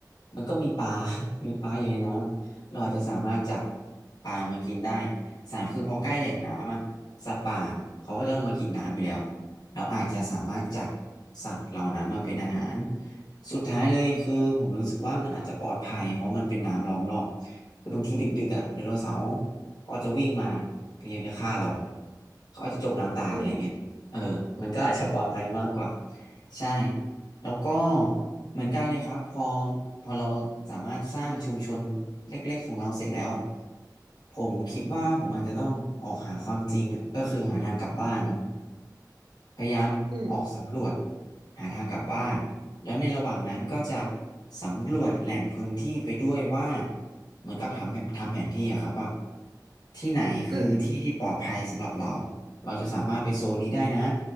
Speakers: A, on the left; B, on the right.
A: มันก็มีปลา <laughs> มีปลาอยู่ในน้ำเราอาจจะสามารถจับปลามากินได้สามคือพอใกล้แหล่งน้ำอะสัตว์ป่าเขาก็จะเอามากินน้ำอยู่แล้วเราอาจจะสามารถจับสัตว์เหล่านั้นมาเป็นอาหารสุดท้ายเลยคือผมรู้สึกว่ามันอาจจะปลอดภัยเพราะมันเป็นน้ำล้อมรอบคือบางทีดึกๆอ่ะไดโนเสาร์ก็จะวิ่งมาพยายามจะฆ่าเราเขาอาจจะจมน้ำตายอะไรเงี้ยเออมันก็อาจจะปลอดภัยมากกว่า
B: อืม
A: ใช่ แล้วก็เหมือนกันเลยครับพอพอเราสามารถสร้างชุมชนเล็กๆของเราเสร็จแล้วอะผมคิดว่าผมอาจจะต้องออกหาความจริงอะก็คือหาทางกลับบ้านเนาะ พยายามออกสำรวจ
B: อืม
A: หาทางกลับบ้านแล้วในระหว่างนั้นก็จะสำรวจแหล่งพื้นที่ไปด้วยว่าเหมือนกับทำทำแผนที่อะครับว่าที่ไหนคือที่ที่ปลอดภัยสำหรับเรา
B: อืม
A: เราจะสามารถไปโซนนี้ได้นะ